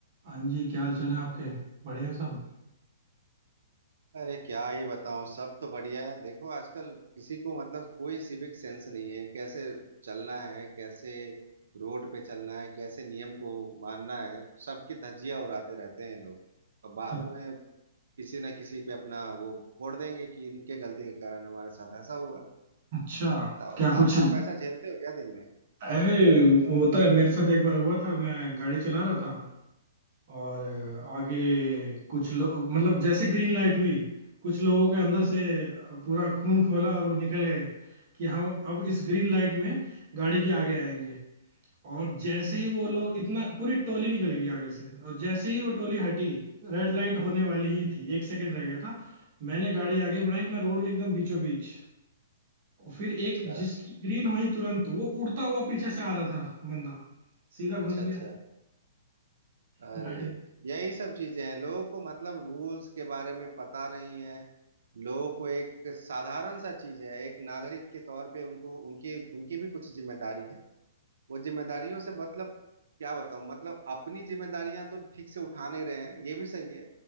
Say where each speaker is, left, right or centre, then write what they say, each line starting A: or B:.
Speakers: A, on the right (about 40°); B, on the right (about 80°).
A: हाँ जी क्या हाल चाल है आपके बढ़िया सब
B: अरे क्या ही बताऊं सब तो बढ़िया है देखो आजकल किसी को मतलब कोई सिविक सेंस नहीं है कैसे चलना है कैसे रोड पे चलना है कैसे नियम को मानना है सबकी धज्जियां उड़ाते रहते हैं ये लोग और बाद
A: अच्छ-
B: में किसी ना किसी पे अपना वो फोड़ देंगे कि इनके गलती के कारण हमारे साथ ऐसा हुआ
A: अच्छा
B: बताओ
A: क्या
B: आप
A: कुछ
B: आप ऐसा झेलते हो क्या दिन में
A: अरे होता है मेरे साथ एक बार हुआ था मैं गाड़ी चला रहा था और
B: हम्म।
A: आगे कुछ लोग मतलब जैसे ग्रीन लाइट हुई कुछ लोगों के अंदर से पूरा खून खोला और वो निकल गए कि हम अब इस ग्रीन लाइट में गाड़ी के आगे आएंगे और जैसे ही वो
B: हाँ
A: लोग इतना पूरी टोली निकल गई आगे से और जैसे ही वो टोली हटी रेड लाइट होने वाली ही थी एक सेकंड रह गया था मैंने गाड़ी आगे बढ़ाई मैं रोड के एकदम बीचों बीच और फिर एक
B: अच्छा
A: जिसकी ग्रीन हुई तुरंत वो उड़ता हुआ पीछे से आ रहा था बंदा सीधा घुस
B: अच्छा
A: गया
B: अच्छा अरे
A: गाड़ी में
B: यही सब चीजें हैं लोगों को मतलब रूल्स के बारे में पता नहीं है लोगों को एक साधारण सा चीज है एक नागरिक के तौर पे उनको उनकी उनकी भी कुछ जिम्मेदारी है वो जिम्मेदारियों से मतलब क्या बताऊं मतलब अपनी जिम्मेदारियां तो ठीक से उठा नहीं रहे हैं ये भी सही है